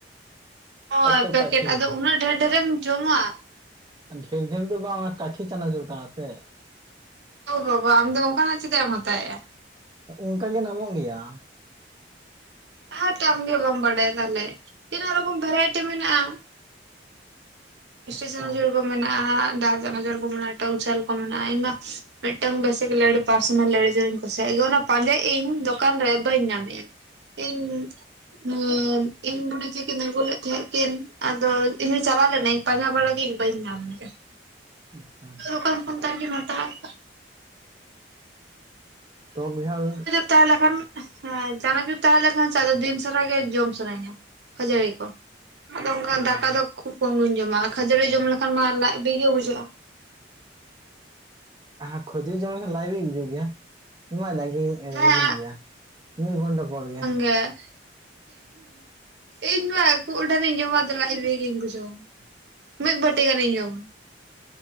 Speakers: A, on the right (about 65°); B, on the right (about 20°).
A: ᱦᱳᱭ
B: ᱮᱛᱚ
A: ᱯᱮᱠᱮᱴ
B: ᱠᱟᱴᱷᱤ
A: ᱟᱫᱚ ᱩᱱᱟᱹᱜ ᱰᱷᱮᱨ ᱰᱷᱮᱨᱮᱢ ᱡᱚᱢᱟ?
B: ᱰᱷᱮᱨ ᱰᱷᱮᱨ ᱫᱚ ᱵᱟᱝ ᱠᱟᱴᱷᱤ ᱪᱟᱱᱟᱪᱩᱨ ᱠᱟᱱᱟ ᱥᱮ᱾
A: ᱚ ᱵᱟᱵᱟ ᱟᱢ ᱫᱚ ᱚᱝᱠᱟᱱᱟᱜ ᱪᱮᱫᱟᱜ ᱮᱢ ᱦᱟᱛᱟᱣᱮᱜᱼᱟ?
B: ᱚᱝᱠᱟ ᱜᱮ ᱱᱟᱢᱚᱜ ᱜᱮᱭᱟ᱾
A: ᱦᱟᱹᱴ ᱟᱢ ᱜᱮ ᱵᱟᱢ ᱵᱟᱰᱟᱭᱟ ᱛᱟᱦᱞᱮ ᱛᱤᱱᱟᱹᱜ ᱨᱚᱠᱚᱢ ᱵᱷᱮᱨᱟᱭᱴᱤ ᱢᱮᱱᱟᱜᱼᱟ᱾ <unintelligible>
B: ᱟᱪᱪᱷᱟ
A: ᱠᱚ ᱢᱮᱱᱟᱜᱼᱟ, ᱫᱟᱨ ᱪᱟᱱᱟᱪᱚᱨ ᱠᱚ ᱢᱮᱱᱟᱜᱼᱟ ᱴᱟᱣᱩᱱ ᱪᱷᱟᱞ ᱠᱚ ᱢᱮᱱᱟᱜᱼᱟ, ᱟᱭᱢᱟ ᱢᱤᱫᱴᱟᱝ <unintelligible> ᱠᱩᱥᱤᱭᱟᱜᱼᱟ ᱜᱮ ᱚᱱᱟ ᱯᱟᱸᱡᱟᱭᱮᱜ ᱤᱧ ᱫᱚᱠᱟᱱ ᱨᱮ ᱵᱟᱹᱧ ᱧᱟᱢᱮᱜᱼᱟ᱾ ᱤᱧ ᱱᱚ ᱤᱧ ᱵᱩᱰᱤ ᱛᱤᱠᱤᱱ ᱟᱹᱜᱩ ᱞᱮᱜ ᱛᱟᱦᱮᱸᱜ ᱠᱤᱱ ᱟᱫᱚ ᱤᱧ ᱦᱚᱸ ᱪᱟᱞᱟᱣ ᱞᱮᱱᱟᱹᱧ᱾ ᱯᱟᱸᱡᱟ ᱵᱟᱲᱟ ᱠᱮᱜᱼᱤᱧ ᱵᱟᱹᱧ ᱧᱟᱢ ᱞᱮᱜᱼᱟ᱾
B: ᱟᱪᱪᱷᱟ
A: <unintelligible> ᱦᱟᱛᱟᱣ ᱠᱟᱜ
B: ᱛᱚ ᱵᱤᱦᱟᱞ
A: ᱛᱟᱦᱞᱮ ᱠᱷᱟᱱ ᱮᱸ ᱪᱟᱱᱟᱪᱩᱩᱨ ᱛᱟᱦᱮᱸ ᱞᱮᱠᱷᱟᱱ ᱥᱟᱨᱟᱫᱤᱱ ᱥᱟᱨᱟ ᱜᱮ ᱡᱚᱢ ᱥᱟᱱᱟᱹᱧᱟ ᱠᱷᱟᱹᱡᱟᱹᱲᱤ ᱾ ᱠᱚ ᱟᱫᱚ ᱚᱝᱠᱟ
B: ᱦᱮᱸ
A: ᱫᱟᱠᱟ ᱫᱚ ᱠᱷᱩᱵ ᱠᱚᱢ ᱜᱤᱧ ᱡᱚᱢᱟ᱾ ᱠᱷᱟᱹᱡᱟᱹᱲᱤ ᱡᱚᱢ ᱞᱮᱠᱷᱟᱱ ᱢᱟ ᱞᱟᱡ ᱵᱤ ᱜᱮ ᱵᱩᱡᱷᱟᱹᱜᱼᱟ ᱾
B: ᱦᱟᱸ ᱠᱷᱟᱹᱡᱟᱹᱲᱤ ᱡᱚᱢ ᱞᱮᱠᱷᱟᱱ ᱞᱟᱭ ᱵᱤ ᱵᱩᱡᱩᱜ ᱜᱮᱭᱟ ᱚᱱᱟ <unintelligible> ᱨᱮᱸᱜᱮᱡᱤᱧ
A: ᱦᱮᱸ
B: ᱜᱮᱭᱟ ᱢᱤᱜ ᱜᱷᱚᱱᱴᱟ ᱯᱚᱨ ᱜᱮ ᱾
A: ᱮ ᱤᱧ ᱢᱟ <unintelligible> ᱡᱚᱢᱟ ᱟᱫᱚ ᱞᱟᱡ ᱵᱤ ᱜᱮᱧ ᱵᱩᱡᱷᱟᱹᱣ ᱾ ᱢᱤᱫ ᱵᱟᱹᱴᱤ ᱜᱟᱱᱤᱧ ᱡᱚᱢ